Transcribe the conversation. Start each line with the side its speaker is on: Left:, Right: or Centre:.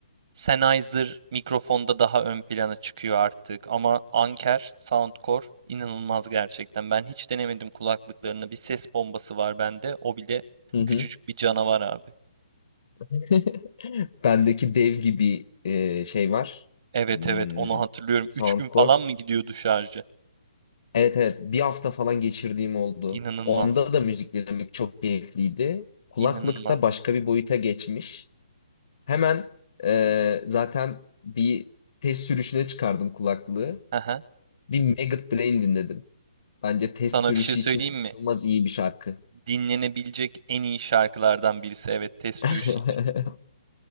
Right: Sennheiser mikrofonda daha ön plana çıkıyor artık ama Anker, Soundcore inanılmaz gerçekten. Ben hiç denemedim kulaklıklarını. Bir ses bombası var bende. O bile
Left: Hı hı.
Right: küçücük bir canavar abi.
Left: <laughs> Bendeki dev gibi ee, şey var.
Right: Evet
Left: Hmm,
Right: evet onu hatırlıyorum.
Left: Soundcore.
Right: 3 gün falan mı gidiyordu şarjı?
Left: Evet evet bir hafta falan geçirdiğim oldu.
Right: İnanılmaz.
Left: Onda da müzik dinlemek çok keyifliydi. Kulaklıkta
Right: İnanılmaz.
Left: başka bir boyuta geçmiş. Hemen e, zaten bir test sürüşüne çıkardım kulaklığı.
Right: Aha.
Left: Bir Maggot Brain dinledim. Bence test
Right: Sana
Left: sürüşü
Right: bir şey söyleyeyim
Left: için
Right: mi?
Left: inanılmaz iyi bir şarkı.
Right: Dinlenebilecek en iyi şarkılardan birisi evet test
Left: <laughs>
Right: sürüşü için.